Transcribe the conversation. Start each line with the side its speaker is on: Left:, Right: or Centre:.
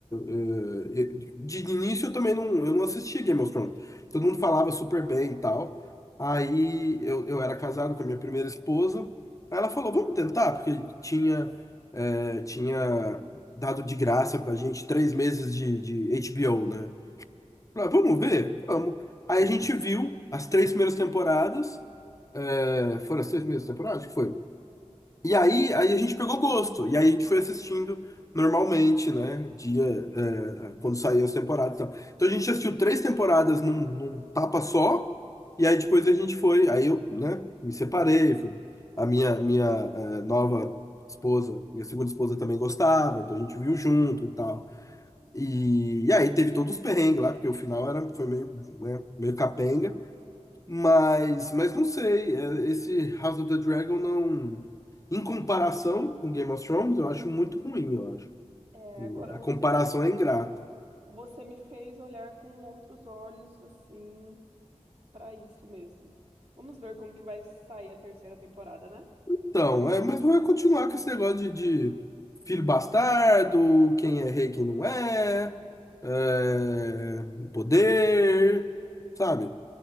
Left: Eh, De de início eu também não, eu não assistia Game of Thrones. Todo mundo falava super bem e tal. Aí eu, eu era casado com a minha primeira esposa. Aí ela falou, vamos tentar, porque tinha, eh, tinha dado de graça pra gente três meses de, de HBO, né? Falei, "Ah, vamos ver? Vamos. Aí a gente viu as três primeiras temporadas. eh, foram as três primeiras temporadas? Acho que foi. E aí, aí a gente pegou gosto, e aí a gente foi assistindo normalmente, né? Dia, é, quando saíam as temporadas e tal. Então a gente assistiu três temporadas num, num tapa só, e aí depois a gente foi, aí eu, né, me separei, fui- a minha, minha, é, nova esposa, minha segunda esposa também gostava, então a gente viu junto e tal. E, e aí teve todos os perrengues lá, porque o final era, foi meio, né, meio capenga. Mas, mas não sei, é, esse House of the Dragon não. Em comparação com Game of Thrones, eu acho muito ruim, eu acho.
Right: É,
Left: E
Right: agora
Left: a
Right: você,
Left: comparação
Right: me-
Left: é ingrata.
Right: você me fez olhar com outros olhos, assim... Pra isso mesmo. Vamos ver como que vai sair a terceira temporada, né?
Left: Então, é, mas vai continuar com esse negócio de, de filho bastardo, quem é rei, quem não é, é, poder, sabe?